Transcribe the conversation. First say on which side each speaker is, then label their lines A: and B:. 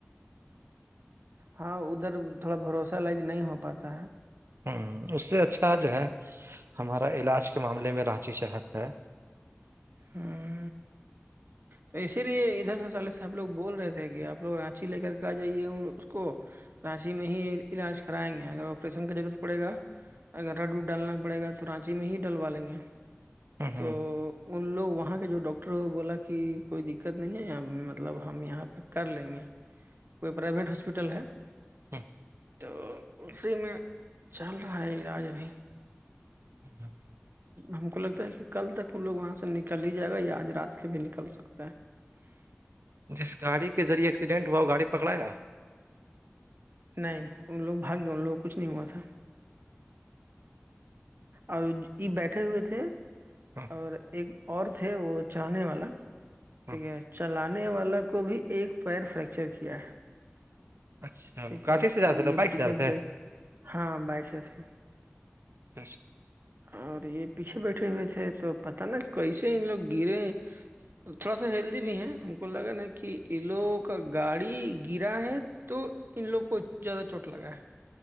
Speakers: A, on the right; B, on the right.
A: ہاں ادھر تھوڑا بھروسہ لائق نہیں ہو پاتا ہے
B: ہوں اس سے اچھا جو ہے ہمارا علاج کے معاملے میں رانچی شہر ہے
A: ہوں تو اسی لیے ادھر سے سالد سے آب لوگ بول رہے تھے کہ آپ لوگ رانچی لے کر کے آ جائیے اس کو رانچی میں ہی علاج کرائیں گے اگر آپریشن کی ور پڑے گا اگر رڈو ڈالنا پڑے گا تو رانچی میں ہی ڈلوا لیں گے
B: ہ
A: تو
B: ہ
A: ان لوگ وہاں کے جو ڈاکٹر ہوئے بولا کہ کی کوئی دقت نہیں ہے یہ مطلب ہم یہاں پہ کر لیں گے کوئی پرائیویٹ ہاسپٹل ہے
B: ہاں
A: تو اسی میں چل رہا ہے علاج ابھی
B: ہاں
A: ہم کو لگتا ہے کہ کل تک ہم لوگ وہاں سے نکل ہی جائے گا یا آج رات کے بھیک نکل سکتا ہے
B: جس گاڑی کے ذریعے ایککسیڈنٹ ہوا وہ گاڑی پکڑایا
A: نہیں ان لوگ بھاگ گئے ان لوگوں کچھ نہیں ہوا تھا اور یہ بیٹھے ہوئے تھے
B: ہاں
A: اور ایک اور تھے وہ چڑھے والا ٹھیک
B: ہاں
A: ہے چلان نے والا کو بھی ایک پیر فریکچر کیا ہے
B: اچھا
A: ٹھیک
B: کاچی
A: ہے
B: سے جا رہے
A: اور
B: تھے،
A: یہ
B: بائک
A: پیچھے
B: سے جا رہے
A: ہاں بائشس ہے
B: اچھا
A: اور یہ پیچھے بیٹھے ہوئے تھے تو پت نا کیسے ان لوگ گرے تھوڑا سا ہیلدی بھی ہے ہم کو لگا نا کہ ان لوگوں کا گاڑی گرا ہے تو ان لوگوں کو زیادہ چوٹ لگا ہے